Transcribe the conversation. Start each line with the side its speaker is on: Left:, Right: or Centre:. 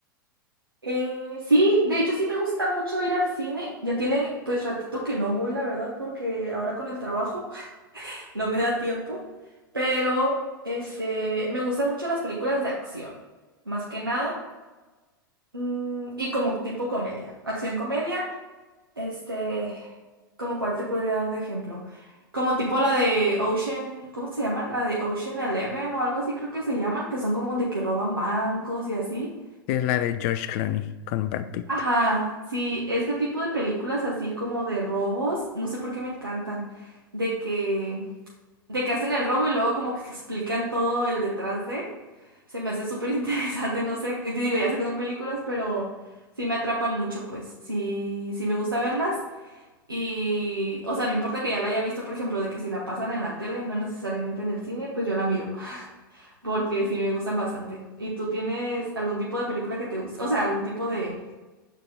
Right: Eh, sí, de hecho sí me gusta mucho ir al cine. Ya tiene pues ratito que no voy, la verdad, porque ahora con el trabajo. no me da tiempo, pero este, me gustan mucho las películas de acción, más que nada, mm, y como tipo comedia, acción comedia, este, como cuál te podría dar de ejemplo, como tipo la de Ocean, ¿cómo se llaman? La de Ocean Eleven o algo así creo que se llaman, que son como de que roban bancos y así.
Left: Sí, Es la de George Clooney con Brad Pitt.
Right: Ajá, sí, este tipo de películas así como de robos, no sé por qué me encantan, de que de que hacen el robo y luego como que explican todo el detrás de. Se me hace súper interesante, <laughs> no sé. que Te digo, ya sé que son películas, pero sí me atrapan mucho, pues. Sí, sí me gusta verlas. Y, o sea, no importa que ya la haya visto, por ejemplo, de que si la pasan en la tele, no necesariamente en el cine, pues yo la miro, porque sí me gustan bastante. ¿Y tú tienes algún tipo de película que te guste? O sea, algún tipo de,